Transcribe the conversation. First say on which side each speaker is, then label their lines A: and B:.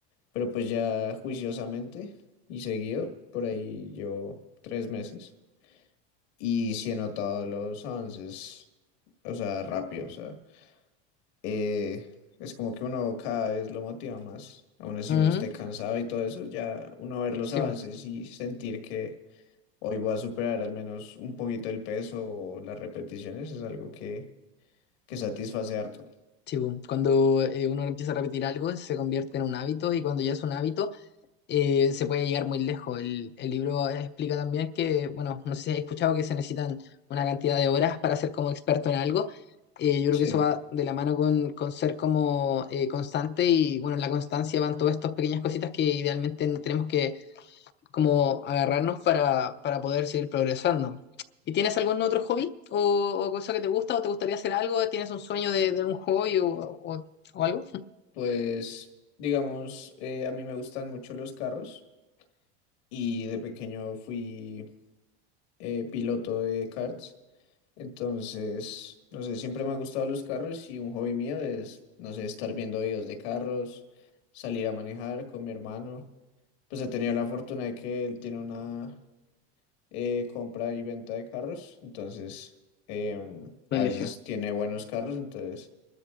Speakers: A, on the left (about 80°); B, on the left (about 35°).
A: pero pues ya juiciosamente y seguido, por ahí llevo tres meses y sí he notado los avances, o sea, rápido, o sea, eh, es como que uno cada vez lo motiva más, aún así
B: Ujú.
A: uno esté cansado y todo eso, ya uno ver los
B: Sí,
A: avances
B: bu,
A: y sentir que Hoy voy a superar al menos un poquito el peso o las repeticiones, es algo que, que satisface harto.
B: sí, bu. Cuando eh, uno empieza a repetir algo, se convierte en un hábito y cuando ya es un hábito... eh, se puede llegar muy lejos. El, el libro explica también que, bueno, no sé si has escuchado que se necesitan una cantidad de horas para ser como experto en algo. Eh, yo creo
A: Sí,
B: que eso va de la mano con, con ser como eh, constante y, bueno, en la constancia van todas estas pequeñas cositas que idealmente tenemos que como agarrarnos para, para poder seguir progresando. ¿Y tienes algún otro hobby o, o cosa que te gusta o te gustaría hacer algo? ¿Tienes un sueño de, de un hobby o, o, o algo?
A: pues digamos, eh, a mí me gustan mucho los carros y de pequeño fui eh, piloto de karts, entonces, no sé, siempre me han gustado los carros y un hobby mío es, no sé, estar viendo videos de carros, salir a manejar con mi hermano. Pues he tenido la fortuna de que él tiene una... eh, compra y venta de carros, entonces em,
B: Buenísimo.
A: a veces tiene buenos carros, entonces